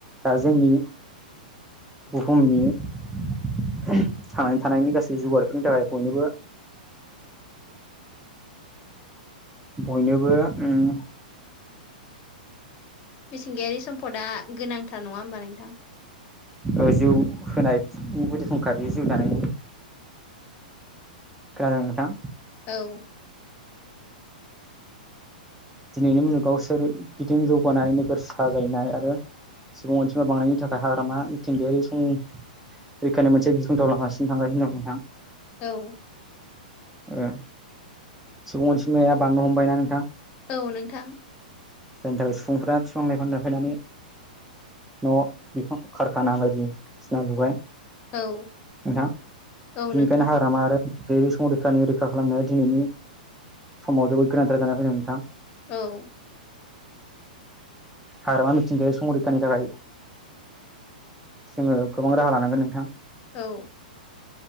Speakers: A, in the centre; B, on the left.
A: दा जोंनि बुहुमनि ओम थांनानै थानायनि गासै जुगारफोरनि थाखाय बयनोबो बयनोबो उम
B: मिथिंगायारि सम्पदा गोनांथार नङा होमबा नोंथां
A: ओ जिउ होनायनि गुदि फुंखा बेयो जिउ दानायनि खोनादों नोंथां
B: औ
A: दिनैनि मुलुगाव सोरगिदिं जौगानाय नोगोर साजायनाय आरो सुबुं अनजिमा बांनायनि थाखाय हाग्रामा मिथिंगायारि सं बेखायनो मोनसे गिख्रंथाव लामासिम थांगासिनो दं नोंथां
B: औ
A: ओ सुबुं अनसुमाया बांनो हमबायना नोंथां
B: औ नोंथां
A: जायनि थाखाय सुबुंफ्रा बिफां-लाइफां लाफायनानै न' बिफां कारखाना बायदिसिना लुबाय
B: औ
A: नोंथा
B: औ
A: बेनिखायनो
B: नोंथां
A: हाग्रामा आरो बे संरैखानि रैखा खालामनाया दिनैनि समाव जोबोद गोनांथार जानानै फैदों नोंथां
B: औ
A: हाग्रामा मिथिंगायारि संरैखानि थाखाय जोङो गोबां राहा लानांगोन नोंथां
B: औ